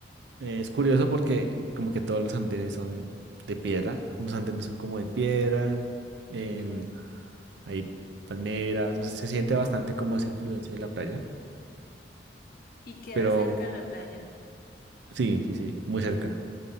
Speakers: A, on the right; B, on the left.
A: Eh, es curioso porque como que todos los andenes son de piedra, los andenes son como de piedra, em,
B: Ok.
A: hay palmeras, o sea, se siente bastante como esa influencia de la playa,
B: Y queda
A: pero
B: cerca a la playa.
A: sí, sí, sí, muy cerca,